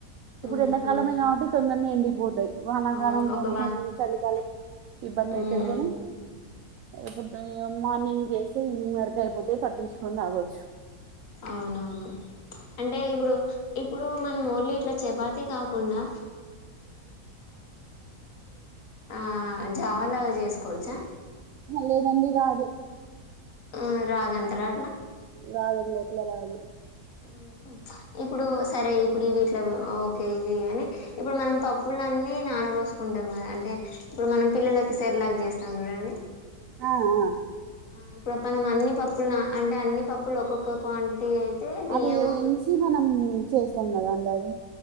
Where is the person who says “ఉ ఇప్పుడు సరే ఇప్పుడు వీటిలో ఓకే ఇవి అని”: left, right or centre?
Left